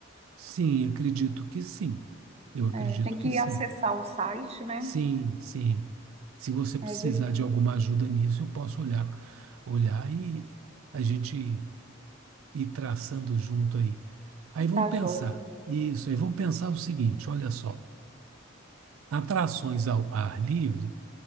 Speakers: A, on the right; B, on the right.
A: Sim, acredito que sim. Eu acredito
B: É, tem que
A: que sim.
B: acessar o site, né?
A: Sim, sim. Se você precisar
B: É verdade,
A: de alguma ajuda nisso, eu posso olhar, olhar e a gente ir traçando junto aí. Aí vamos
B: tá
A: pensar,
B: joia.
A: isso, aí vamos pensar o seguinte, olha só, atrações ao ar livre,